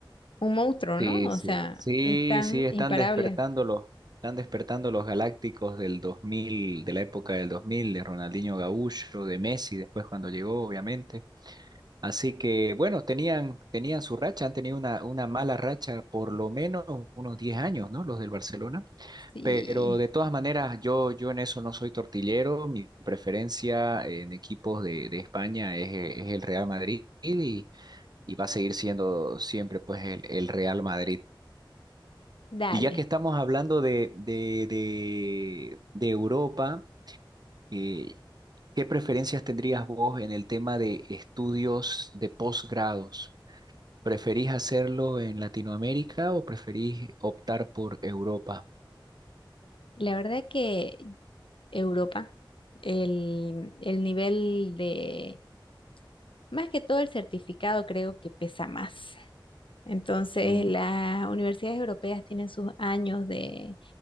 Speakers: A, on the left; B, on the right.
A: un monstruo,
B: Sí,
A: ¿no? O
B: sí,
A: sea,
B: sí,
A: están
B: sí, están
A: imparables.
B: despertando los, están despertando los galácticos del 2000 de la época del 2000 de Ronaldinho Gaúcho, de Messi, después cuando llegó, obviamente. Así que bueno, tenían, tenían su racha, han tenido una, una mala racha por lo menos unos 10 años, ¿no? Los del Barcelona.
A: Sí,
B: Pero de todas maneras, yo, yo en eso no soy tortillero. Mi preferencia en equipos de, de España es, e- es el Real Madrid y, y va a seguir siendo siempre pues el, el Real Madrid.
A: dale.
B: Y ya que estamos hablando de, de, de, de Europa, eh, ¿qué preferencias tendrías vos en el tema de estudios de posgrados? ¿Preferís hacerlo en Latinoamérica o preferís optar por Europa?
A: La verdad que Europa, el, el nivel de, más que todo el certificado creo que pesa más. Entonces,
B: Mm,
A: las universidades europeas tienen sus años de,